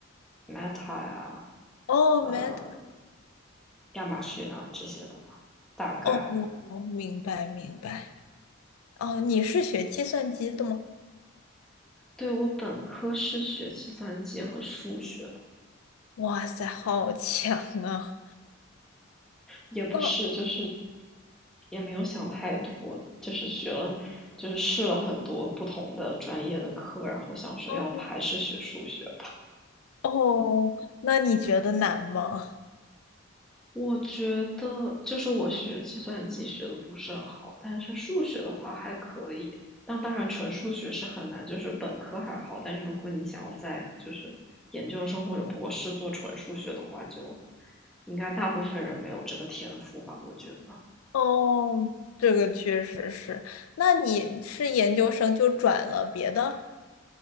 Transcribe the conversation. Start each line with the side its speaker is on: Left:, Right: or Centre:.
Centre: Meta 呀、
Left: 哦
Centre: 呃
Left: m
Centre: 亚马逊啊这些的吧。大概
Left: 哦，哦明白明白。哦，你是学计算机的吗？
Centre: 对我本科是学计算机和数学的，
Left: 哇塞，好强啊！
Centre: 也不是就是
Left: 那
Centre: 也没有想太多，就是学了就是试了很多不同的专业的课，然后想说要不还是学数学
Left: 哦哦，那你觉得难吗？
Centre: 我觉得就是我学计算机学的不是很好，但是数学的话还可以。但当然，纯数学是很难，就是本科还好，但是如果你想要在就是研究生或者博士做纯数学的话，就应该大部分人没有这个天赋吧，我觉得。
Left: 哦，这个确实是。那你是研究生就转了别的？